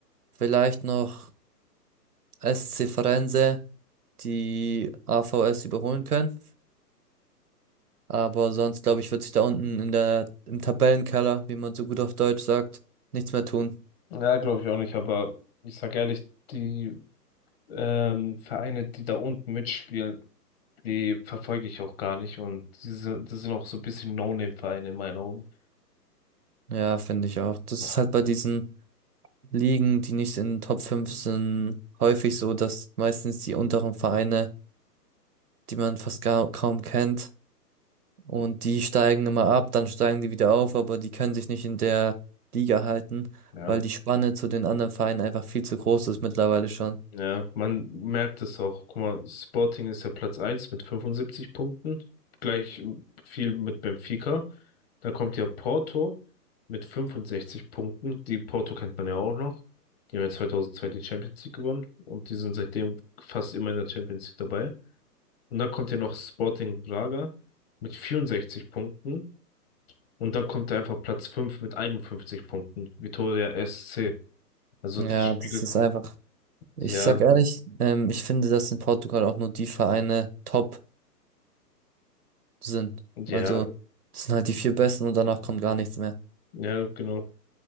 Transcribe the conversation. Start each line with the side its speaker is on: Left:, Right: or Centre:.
Right: vielleicht noch SC Firenze die AVS überholen können. Aber sonst, glaube ich, wird sich da unten in der, im Tabellenkeller, wie man so gut auf Deutsch sagt, nichts mehr tun.
Left: ja, glaube ich auch nicht, aber ich sag ehrlich, die ähm, Vereine, die da unten mitspielen, die verfolge ich auch gar nicht und diese, das sind auch so ein bisschen No-Name-Vereine in meinen Augen.
Right: Ja, finde ich auch. Das
Left: Ja.
Right: ist halt bei diesen Ligen, die nicht in den Top 5 sind, häufig so, dass meistens die unteren Vereine die man fast gar, kaum kennt. Und die steigen immer ab, dann steigen die wieder auf, aber die können sich nicht in der Liga halten,
Left: ja.
Right: weil die Spanne zu den anderen Vereinen einfach viel zu groß ist mittlerweile schon.
Left: Ja, man merkt es auch. Guck mal, Sporting ist ja Platz eins mit 75 Punkten. Gleich viel mit Benfica. Dann kommt ja Porto mit 65 Punkten. Die Porto kennt man ja auch noch. Die haben ja 2002 die Champions League gewonnen und die sind seitdem fast immer in der Champions League dabei. Und dann kommt ja noch Sporting Braga mit 64 Punkten. Und dann kommt da einfach Platz 5 mit 51 Punkten. Vitória SC. Also
Right: Ja,
Left: das spiegelt,
Right: das ist einfach,
Left: ja,
Right: ich sag ehrlich, ähm, ich finde, dass in Portugal auch nur die Vereine top sind.
Left: ja,
Right: Also, das sind halt die vier besten und danach kommt gar nichts mehr.
Left: ja, genau.